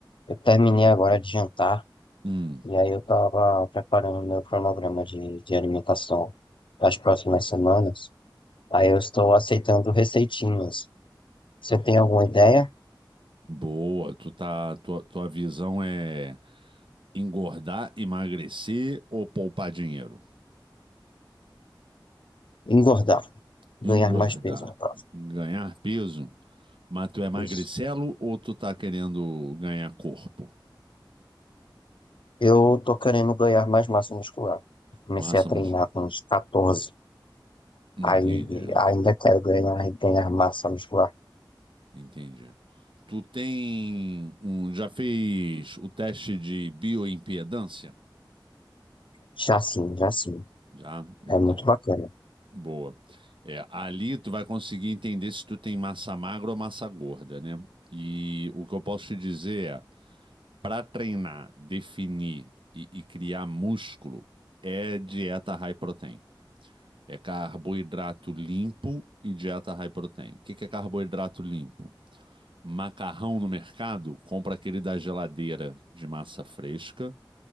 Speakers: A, on the left; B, on the right.
A: eu terminei agora de jantar
B: Hum,
A: e aí eu tava preparando o meu cronograma de, de alimentação para as próximas semanas. Aí eu estou aceitando receitinhas. Você tem alguma ideia?
B: boa. Tu tá, tua, tua visão é engordar, emagrecer ou poupar dinheiro?
A: Engordar. Ganhar
B: Engordar,
A: mais peso, no caso.
B: ganhar peso, mas tu é magricelo
A: É, isso.
B: ou tu tá querendo ganhar corpo?
A: Eu tô querendo ganhar mais massa muscular. Comecei
B: Massa,
A: a treinar
B: mus-
A: com uns 14.
B: entendi.
A: Aí ainda quero ganhar, ganhar massa muscular.
B: Entendi. Tu tem um, já fez o teste de bioimpedância?
A: Já sim, já sim.
B: Já? Então,
A: É muito bacana.
B: boa. É, ali tu vai conseguir entender se tu tem massa magra ou massa gorda, né? E o que eu posso te dizer é, para treinar, definir e, e criar músculo, é dieta high protein. É carboidrato limpo e dieta high protein. O que que é carboidrato limpo? macarrão no mercado, compra aquele da geladeira de massa fresca